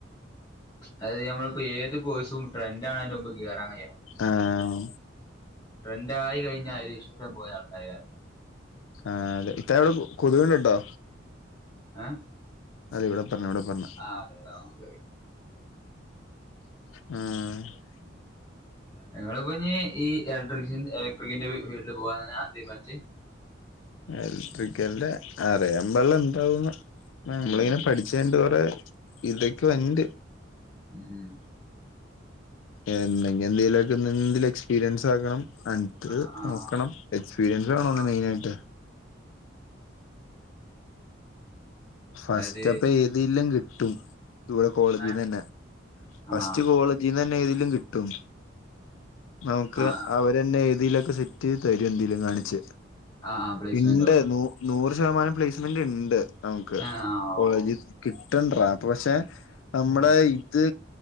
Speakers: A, on the left (about 25°); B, on the left (about 90°).
A: അതായത് നമ്മളിപ്പേത് കോഴ്സും ട്രന്റാക്ണയിന്റെമുമ്പ് കേറാൻ കയ്യണം
B: ആഹ്
A: ട്രെന്റായി കഴിഞ്ഞാ അയിലിഷ്ടംപോലാൾക്കാര് കേറും
B: ആഹ് അതെ ഇത്താ അവിടെ കൊത്ക് കള്ണ്ടോ
A: ഏഹ്
B: അതിവിടെ പറഞ്ഞാ ഇവിടെപ്പറഞ്ഞാ
A: ആഹ് അതെതെ ഓക്കേ ഓക്കേ
B: ഉം.
A: ഏഹ് ഇങ്ങളിപ്പഞ്ഞീ ഈ ഇലക്ട്രിഷൻ ഇലക്ട്രിക്കിന്റെ ഫീൽടിൽ പോവാനാ തീരുമാനിച്ച്
B: എലക്ട്രിക്കൽന്റെ അറിയാമ്പാടില്ലെന്താവുന്ന് നമ്മളിങ്ങനെ
A: ഉം
B: പഠിച്ചയിന്റെ കൊറേ ഇതൊക്കെ വന്റ്
A: ഉം ഉം
B: എന്തെങ്ക എന്തെലൊക്കെനിന്നിതില് എക്സ്പീരിയൻസാക്കണം അന്ന്ട്ട്
A: ആഹ് ആഹ്
B: നോക്കണം എക്സ്പീരിയൻസ് വേണോന്ന്
A: ആഹ്
B: മെയിനായിട്ട് ഫസ്റ്റപ്പേതേലും
A: അത്
B: കിട്ടും ഇവിടെ കോളേജ്ന്നെന്നെ
A: ഏഹ്
B: ഫസ്റ്റ്
A: ആഹ്
B: കോള് ജിന്നേതേലും കിട്ടും നമുക്ക്
A: ആഹ്
B: അവര് രന്നേതേലൊക്കെസെറ്റെയ്ത് തരും എന്തെലും കാണിച്ച്
A: ആഹ് പ്ലേസ്മെന്റോ
B: ഇണ്ട് നൂ നൂറ് ശതമാനം പ്ലേസ്മെന്റ്ണ്ട് നമ്ക്ക്
A: ഏഹ് ആഹ്
B: കോളേജി
A: ഓ
B: കിട്ടണ്ട്രാപൊ പക്ഷേ നമ്മുടെ
A: ഉം
B: ഇ ത്